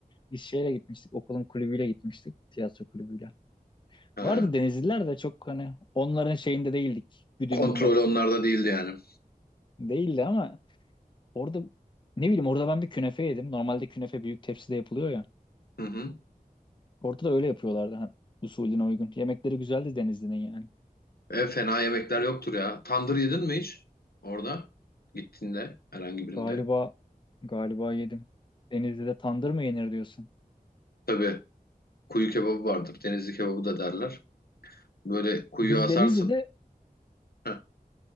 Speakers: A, on the left; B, on the left.
A: Biz şeyle gitmiştik, okulun kulübüyle gitmiştik, tiyatro kulübüyle.
B: Ha,
A: Vardı Denizliler de çok hani onların şeyinde değildik, güdümünde.
B: kontrol onlarda değildi yani.
A: Değildi ama orada ne bileyim orada ben bir künefe yedim. Normalde künefe büyük tepside yapılıyor ya.
B: Hı hı.
A: Orada da öyle yapıyorlardı ha, usulüne uygun. Yemekleri güzeldi Denizli'nin yani.
B: E, fena yemekler yoktur ya. Tandır yedin mi hiç? Orada gittiğinde herhangi birinde.
A: Galiba galiba yedim. Denizli'de tandır mı yenir diyorsun?
B: Tabii kuyu kebabı vardır. Denizli kebabı da derler. Böyle kuyu
A: Biz
B: asarsın.
A: Denizli'de
B: Heh,